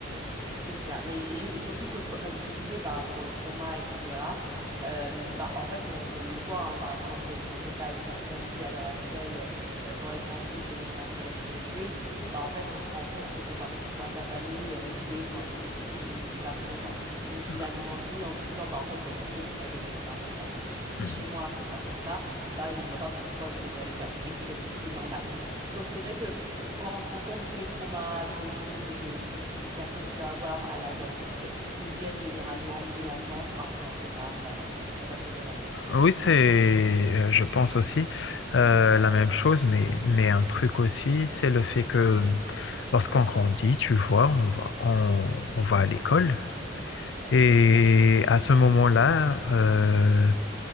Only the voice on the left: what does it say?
Heu,
mmh,
oui, c'est, heu, je pense aussi, heu, la même chose, mais mais un truc aussi, c'est le fait que, lorsqu'on grandit, tu vois, on va on on va à l'école et à ce moment-là, heu